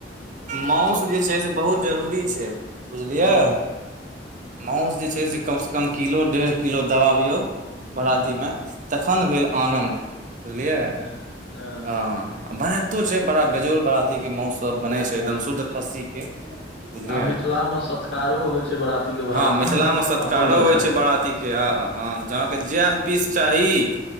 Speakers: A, on the right (about 45°); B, on the left (about 80°).
A: माउस जे छै से बहुत। जरूरी छै बुझलियै,
B: ह
A: माउस जे छै से कम। कम किलो-डेढ़ किलो दबाबियौ बराती
B: ह
A: में तखन भेल आनन्द। बुझलियै,
B: ह ह
A: हँ बनाबैतो छै बड़ा बेजोड़ बराती के माउस। सब बनै छै, एकदम शुद्ध खस्सी के बुझलियै।
B: आ मिथिला मे सत्कारो होइ छै बराती के बड़ा
A: हँ मिथिला में सत्कारो
B: अब्बल दर्जा
A: होइ छै
B: के
A: बाराती। हँ हँ अहाँके जेएह पीस चाही